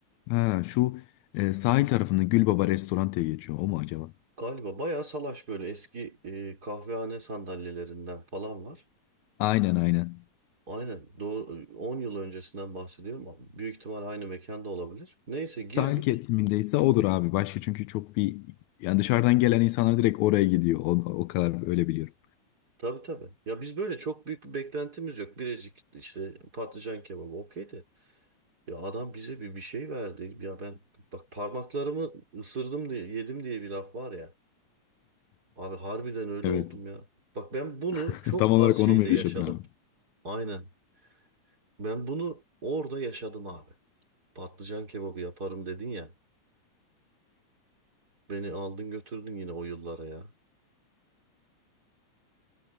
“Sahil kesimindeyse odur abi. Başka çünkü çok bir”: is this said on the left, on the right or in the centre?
Left